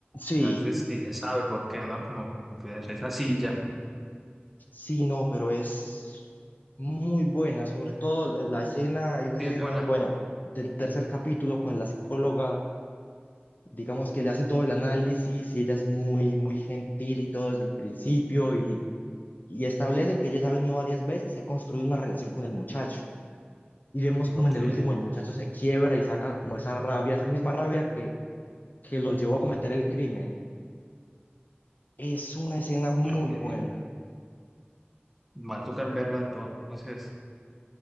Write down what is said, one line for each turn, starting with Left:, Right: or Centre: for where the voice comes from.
Left: Sí.
Centre: A veces ni se sabe por qué, ¿no? Como que es así, ya.
Left: Sí, no, pero es muy buena, sobre todo la escena, hay una
Centre: Sí,
Left: escena,
Centre: es buena.
Left: bueno, del tercer capítulo con la psicóloga, digamos que le hace todo el análisis y ella es muy, muy gentil y todo desde el principio y, y establecen que ella ya ha venido varias veces y ha construido una relación con el muchacho. Y vemos
Centre: Ok.
Left: como en el último el muchacho se quiebra y saca como esa rabia, esa misma rabia que, que lo llevó a cometer el crimen. Es una escena muy
Centre: Ok.
Left: buena,
Centre: Me va a tocar verla entonces.